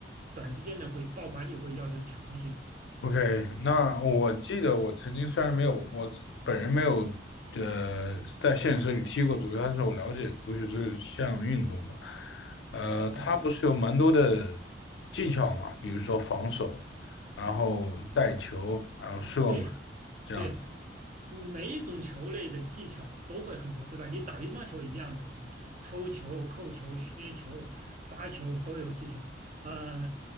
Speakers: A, on the right; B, on the left.
A: 短时间的会爆发力会要求强一些。
B: OK，那我记得我曾经虽然没有我本人没有呃在现实里踢过足球，但是我了解足球这项运动吧。呃，
A: 啊，
B: 它不是有蛮多的技巧嘛，比如说防守，然后带球，然后射门
A: 对
B: 这样的。
A: 对，每一种球类的技巧都会很多，对吧？你打乒乓球一样的，你抽球、扣球。发球都有技巧。呃，